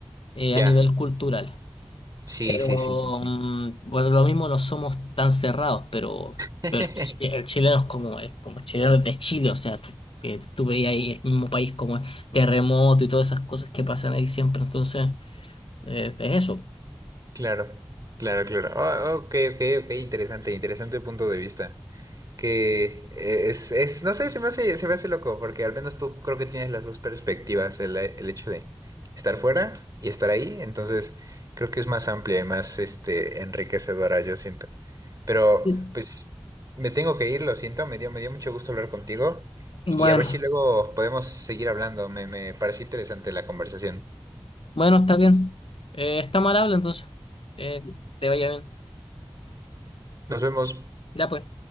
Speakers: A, on the left; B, on the right.
A: eh,
B: Ya.
A: a nivel cultural.
B: Sí,
A: Pero
B: sí, sí, sí, sí.
A: mm, bueno, lo mismo no somos tan cerrados, pero,
B: <laughs>
A: pero el, chi- el chileno es como, es como el chileno es de Chile, o sea, tú- que tú veías ahí el mismo país como es terremoto y todas esas cosas que pasan ahí siempre, entonces eh, es eso.
B: Claro, claro, claro. Ah, ok, ok, ok, interesante, interesante punto de vista. Que eh, es, es, no sé, se me hace, se me hace loco, porque al menos tú creo que tienes las dos perspectivas, el, el hecho de estar fuera y estar ahí, entonces creo que es más amplia y más, este, enriquecedora, yo siento. Pero,
A: Sí.
B: pues, me tengo que ir, lo siento, me dio, me dio mucho gusto hablar contigo
A: Bueno,
B: y a ver si luego podemos seguir hablando, me, me pareció interesante la conversación.
A: bueno, está bien. Eh, está mal habla entonces. Eh, te vaya bien.
B: Nos vemos.
A: Ya pues.